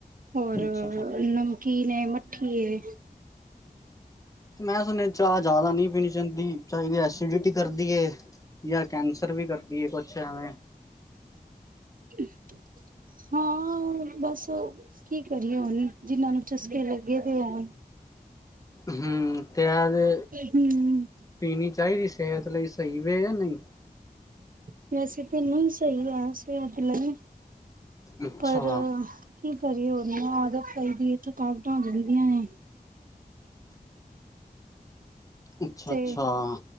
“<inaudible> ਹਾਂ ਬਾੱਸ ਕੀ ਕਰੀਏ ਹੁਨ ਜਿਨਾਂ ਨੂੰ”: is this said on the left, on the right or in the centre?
Right